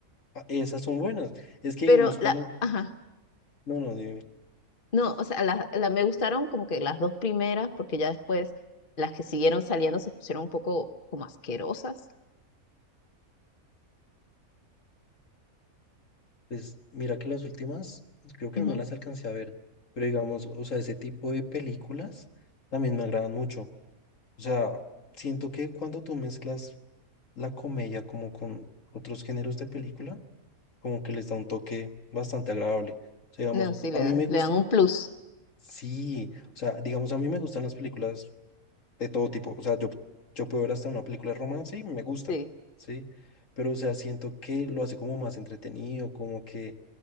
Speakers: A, on the left; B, on the left.
A: Ah, Esas son buenas. Es que
B: Pero
A: digamos cuando,
B: la, ajá,
A: no, no, dime,
B: no, o sea, la, la- me gustaron como que las dos primeras, porque ya después las que siguieron saliendo se pusieron un poco como asquerosas.
A: pues mira que las últimas, creo que
B: Ujú.
A: no me las alcancé a ver, pero digamos, o sea, ese tipo de películas también me agradan mucho. O sea, siento que cuando tú mezclas la comedia como con otros géneros de película, como que les da un toque bastante agradable. O sea, digamos,
B: No, sí,
A: a
B: le
A: mí
B: dan,
A: me gustan,
B: le dan un plus.
A: sí, o sea, digamos, a mí me gustan las películas de todo tipo. O sea, yo, yo puedo ver hasta una película de romance y me gusta,
B: Sí.
A: ¿sí? Pero, o sea, siento que lo hace como más entretenido, como que